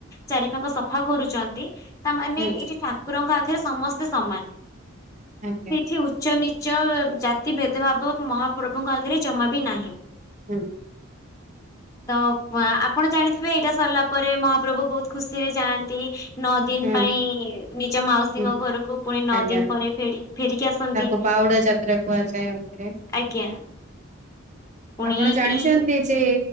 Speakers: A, on the left; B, on the right.
A: ଚାରି ପାଖ ସଫା କରୁଚନ୍ତି। ତାମାନେ
B: ହୁଁ
A: ଏଇଠି ଠାକୁରଙ୍କ ଆଗରେ ସମସ୍ତେ ସମାନ। ସେଇଠି
B: ଆଜ୍ଞା
A: ଉ ଚ ନିଚ ଜାତି ଭେଦଭାବ ମହାପ୍ରଭୁଙ୍କ ଆଗରେ ଜମା ବି ନାହିଁ।
B: ହୁଁ।
A: ତ ଆପଣ ଜାଣିଥିବେ ଏଇଟା ସରିଲା ପରେ ମହାପ୍ରଭୁ ବହୁତ ଖୁସିରେ ଯାଆନ୍ତି। ନଅ ଦିନ
B: ହୁଁ
A: ପାଇଁ ନିଜ ମାଉସୀଙ୍କ
B: ହୁଁ
A: ଘରକୁ ପୁଣି ନଅ
B: ଆଜ୍ଞା
A: ଦିନ ପରେ ଫେରି ଫେରିକି ଆସନ୍ତି।
B: ତାକୁ <unintelligible>
A: ଆଜ୍ଞା। ପୁଣି
B: ଆପଣ ଜାଣିଚନ୍ତି
A: ଏଇ
B: ଯେ